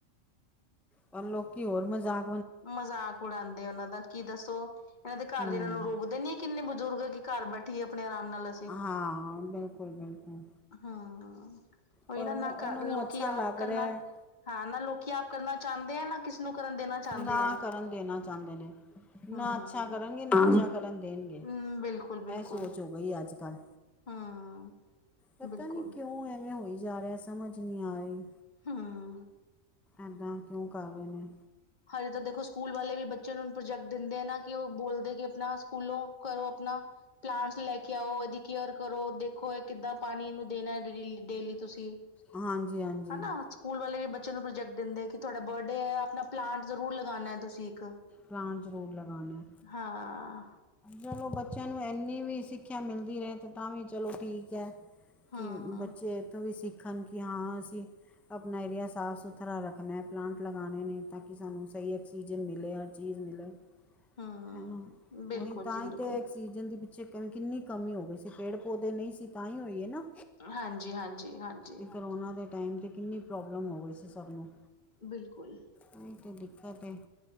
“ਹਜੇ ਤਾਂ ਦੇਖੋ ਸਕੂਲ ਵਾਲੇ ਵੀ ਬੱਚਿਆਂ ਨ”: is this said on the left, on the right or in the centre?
Left